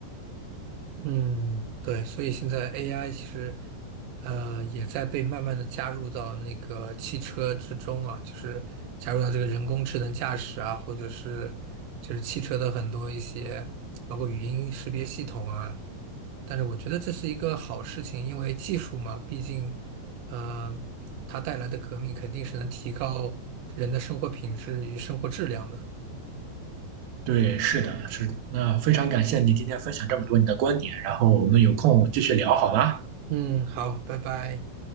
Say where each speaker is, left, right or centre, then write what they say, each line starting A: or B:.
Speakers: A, on the right; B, on the right.
A: 嗯，对，所以现在 AI 其实，呃，也在被慢慢的加入到那个汽车之中啊，就是加入到这个人工智能驾驶啊，或者是就是汽车的很多一些，包括语音识别系统啊。但是我觉得这是一个好事情，因为技术嘛，毕竟，呃，它带来的革命肯定是能提高人的生活品质与生活质量的。
B: 对，是的，是的。那非常感谢你今天分享这么多你的观点，然后我们有空继续聊好吗？
A: 嗯，好，拜拜。